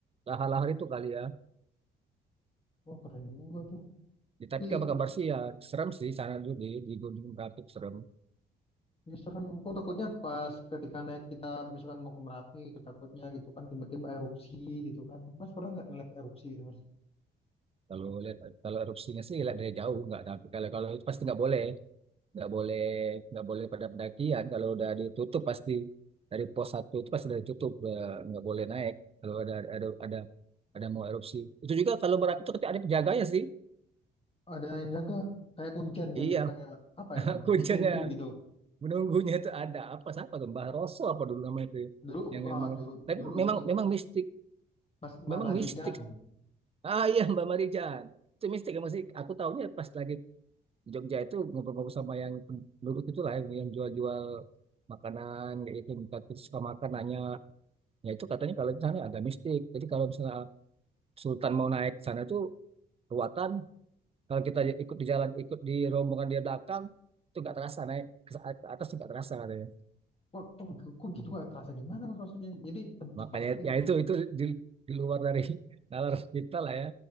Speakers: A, on the right; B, on the left.
A: lahar-lahar itu kali ya.
B: wah keren juga tuh
A: Ya, tapi
B: tapi
A: kabar kabar sih ya serem sih sana dulu di, di Gunung Merapi itu serem.
B: ya serem kok takutnya pas ketika naik kita misalkan mau ke Merapi gitu takutnya gitu kan tiba-tiba erupsi gitu kan mas pernah nggak ngeliat erupsi gitu mas
A: Kalau lihat kalau erupsinya sih lihat dari jauh nggak tapi kalau kalau itu pasti nggak boleh nggak boleh nggak boleh pada pendakian kalau udah ditutup pasti dari pos satu itu pasti udah ditutup eh, nggak boleh naik kalau ada ada ada ada mau erupsi itu juga kalau berapi itu tapi ada penjaganya sih
B: ada yang jaga kayak kuncennya
A: iya
B: gitu kayak apa
A: <laughs>
B: ya namanya
A: kuncinya
B: penunggu gitu
A: menunggunya itu ada apa siapa tuh Mbah Roso apa dulu namanya itu
B: dulu
A: yang
B: enggak
A: memang
B: dulu
A: tapi
B: dulu
A: memang
B: ini mas
A: memang mistik
B: mas Mabarigan
A: memang mistik ah iya Mbak Marijan itu mistik ya masih aku tahunya pas lagi di Jogja itu ngobrol-ngobrol sama yang penduduk itulah yang, yang jual-jual makanan kayak gitu minta terus suka makan nanya ya itu katanya kalau di sana agak mistik jadi kalau misalnya Sultan mau naik ke sana itu ruatan kalau kita ikut di jalan ikut di rombongan dia belakang itu nggak terasa naik ke ke atas nggak terasa katanya
B: kok kok, kok gitu nggak terasa gimana mas maksudnya jadi cepat
A: Makanya
B: aja
A: ya
B: gitu
A: itu itu di, di luar dari <laughs> nalar kita lah ya.